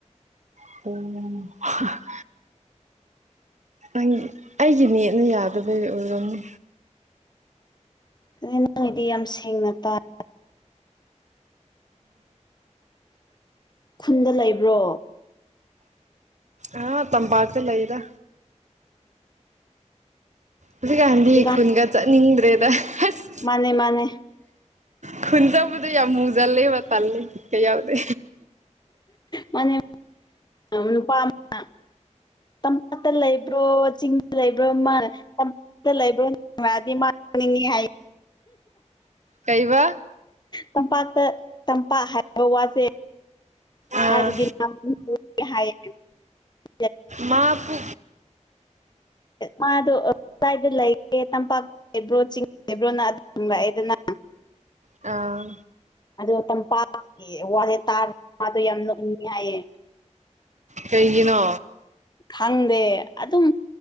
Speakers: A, on the right; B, on the left.
A: ꯑꯣ ꯅꯪ ꯑꯩꯒꯤ ꯅꯦꯠꯅ ꯌꯥꯗꯕꯒꯤ ꯑꯣꯏꯔꯝꯅꯤ
B: ꯅꯪꯒꯤꯗꯤ ꯌꯥꯝ ꯁꯦꯡꯅ ꯇꯥꯏ ꯈꯨꯟꯗ ꯂꯩꯕ꯭ꯔꯣ
A: ꯑꯥ ꯇꯝꯕꯥꯛꯇ ꯂꯩꯗ ꯍꯧꯖꯤꯛꯀꯥꯟꯗꯤ
B: ꯍꯧꯖꯤꯛꯀꯥꯟ
A: ꯈꯨꯟꯒ ꯆꯠꯅꯤꯡꯗ꯭ꯔꯦꯗ ꯑꯁ
B: ꯃꯥꯅꯦ ꯃꯥꯅꯦ
A: ꯈꯨꯟꯆꯠꯄꯗꯣ ꯌꯥꯝ ꯃꯨꯖꯜꯂꯦ ꯋꯥ ꯇꯜꯂꯦ ꯀꯩꯌꯥ ꯌꯥꯎꯗꯦ
B: ꯃꯥꯅꯦ ꯅꯨꯄꯥ ꯑꯃ <inaudible> ꯇꯝꯄꯥꯛꯇ ꯂꯩꯕ꯭ꯔꯣ ꯆꯤꯡꯗ ꯂꯩꯕ꯭ꯔꯣ ꯃꯥꯅ <unintelligible>
A: ꯀꯩꯕ
B: ꯇꯝꯄꯥꯛꯇ ꯇꯝꯄꯥꯛ ꯍꯥꯏꯕ ꯋꯥꯁꯦ
A: ꯑꯥ
B: ꯍꯥꯏꯔꯗꯤ ꯍꯥꯏꯌꯦ <inaudible>
A: ꯃꯥꯕꯨ
B: ꯃꯥꯗꯣ ꯁꯏꯗ ꯂꯩꯒꯦ ꯇꯝꯄꯥꯛ ꯂꯩꯕ꯭ꯔꯣ ꯆꯤꯡ ꯂꯩꯕ꯭ꯔꯣꯅ ꯑꯗꯨꯝ ꯍꯪꯂꯛꯑꯦꯗꯅ
A: ꯑꯥ
B: ꯑꯗꯣ ꯇꯝꯄꯥꯛꯀꯤ ꯋꯥꯔꯦ ꯇꯥꯔꯒ ꯃꯥꯗꯣ ꯌꯥꯝ ꯅꫭꯛꯅꯤꯡꯉꯦ ꯍꯥꯏꯌꯦ
A: ꯀꯩꯒꯤꯅꯣ
B: ꯈꯪꯗꯦ ꯑꯗꯨꯝ